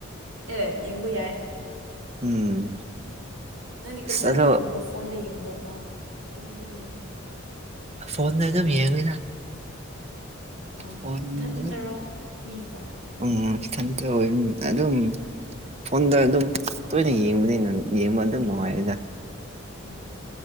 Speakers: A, on the right; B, on the right.
A: ꯑꯦ ꯌꯦꯡꯕ ꯌꯥꯏ
B: ꯎꯝ
A: ꯅꯪꯗꯤ ꯀꯅꯥꯗ
B: ꯑꯁ ꯑꯗꯣ
A: ꯌꯦꯡꯕ꯭ꯔꯣ ꯐꯣꯟꯗ ꯌꯦꯡꯕ꯭ꯔꯣ ꯇꯤꯚꯤꯗ ꯌꯦꯡꯕ꯭ꯔꯣ
B: ꯐꯣꯟꯗ ꯑꯗꯨꯝ ꯌꯦꯡꯉꯦꯅ
A: ꯑꯣ
B: ꯐꯣꯟꯗ
A: ꯅꯊꯟꯗꯔꯣ ꯃꯤꯒ
B: ꯎꯝ ꯏꯊꯟꯇ ꯑꯣꯏ ꯑꯗꯨꯝ ꯐꯣꯟꯗ ꯑꯗꯨꯝ ꯇꯣꯏꯅ ꯌꯦꯡꯕꯅꯤꯅ ꯌꯦꯡꯕ ꯑꯗꯨꯝ ꯅꯨꯡꯉꯥꯏꯗ
A: ꯑꯣ